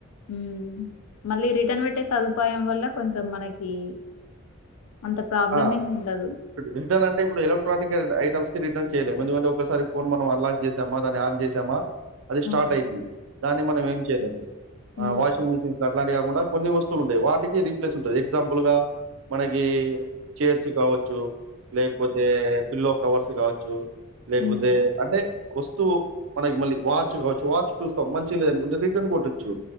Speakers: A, on the left; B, on the right.
A: ఉమ్ మళ్ళీ రిటర్న్ పెట్టే సదుపాయం వల్ల కొంచెం మనకి అంత ప్రాబ్లమ్
B: ఆ
A: ఏమి ఉండదు.
B: రిటర్న్ అంటే ఇప్పుడు ఎలక్ట్రానిక్ ఐటమ్స్ కి రిటర్న్ చేయలేం ఎందుకంటే ఒకసారి ఫోన్ మనం అన్లాక్ చేసామా దాన్ని ఆన్ చేసామా అది
A: హ్మ్.
B: స్టార్ట్ అయిద్ది దాన్ని మనం ఏం చేయలేం
A: హ్మ్.
B: ఆ వాషింగ్ మిషిన్స్ అట్లాంటి కుండా కొన్ని వస్తువులు ఉంటాయి వాటికి రీప్లేస్ ఉంటుంది ఎగ్జాంపుల్ గా మనకి చైర్స్ కావచ్చు లేకపోతే పిల్లో కవర్స్ కావచ్చు లేకపోతే
A: హ్మ్.
B: అంటే వస్తువు మనకి మళ్ళీ వాచ్ లు కావచ్చు వాచ్ చూస్తాం మంచిగ లేద అనుకుంటే రిటర్న్ కొట్టొచ్చు